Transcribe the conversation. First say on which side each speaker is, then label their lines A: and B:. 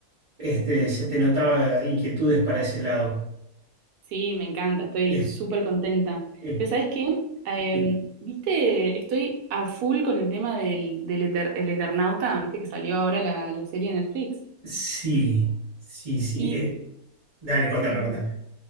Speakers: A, on the right; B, on the right.
A: Este, se te notaba inquietudes para ese lado.
B: Sí, me encanta, estoy
A: Eh,
B: súper contenta.
A: eh,
B: Pero ¿sabes qué? Em,
A: sí,
B: viste, estoy a full con el tema del, del Eter- el Eternauta, viste que salió ahora la, la serie de Netflix.
A: sí, sí. sí,
B: Y,
A: eh, dale, contame,
B: Ujú.
A: contame.